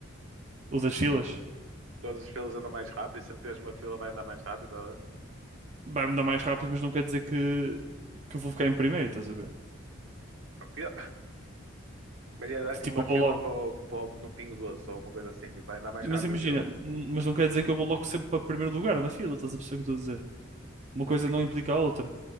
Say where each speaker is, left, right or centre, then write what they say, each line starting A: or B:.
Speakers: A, on the right; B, on the right.
A: O das filas
B: Todas as filas andam mais rápido. Se tiveres uma fila, vai andar mais rápido. né?
A: vai-me dar mais rápido, mas não quer dizer que, que eu vou ficar em primeiro, estás a ver?
B: Para o quê? Imagina, dá-se
A: Tipo,
B: uma
A: eu
B: fila
A: vou logo.
B: para, o- para o- no Pingo Doce ou uma coisa assim. Tipo, vai andar mais
A: Mas
B: rápido
A: imagina,
B: a fila.
A: mas não quer dizer que eu vou logo sempre para primeiro lugar na fila, estás a perceber o que eu estou a dizer? Uma
B: Como
A: coisa
B: assim?
A: não implica a outra.